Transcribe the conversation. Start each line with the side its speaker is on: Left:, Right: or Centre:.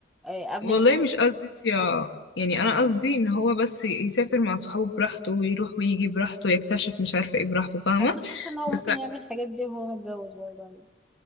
Centre: آه، قبل
Left: والله
Centre: الجواز
Left: مش قصدي صياعة يعني انا قصدي ان هو بس يسافر مع صحابه براحته ويروح ويجي براحته يكتشف مش عارفة ايه براحته فاهمة
Centre: انا حاسة ان هو
Left: بس
Centre: ممكن يعمل الحاجات دي وهو متجوز برضه عادي.